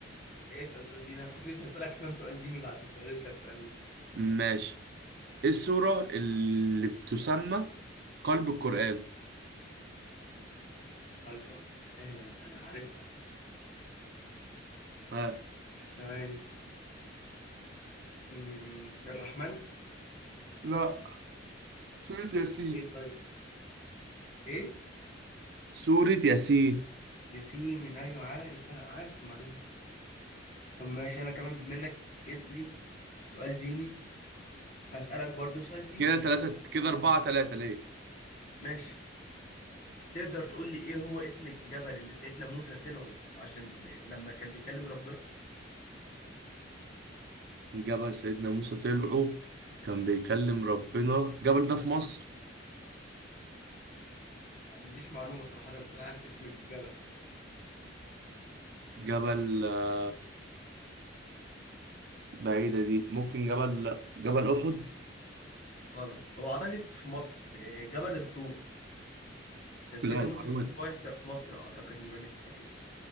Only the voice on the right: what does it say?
ماشي ايه السورة اللي بتسمى قلب القرآن
ها
لا سورة ياسين
سورة ياسين
كده تلاتة كده أربعة تلاتة ليه
جبل سيدنا موسى طلعه كان بيكلم ربنا الجبل ده في مصر
جبل آه، بعيدة دي ممكن جبل لا جبل أحد
لا المعلومة
دي.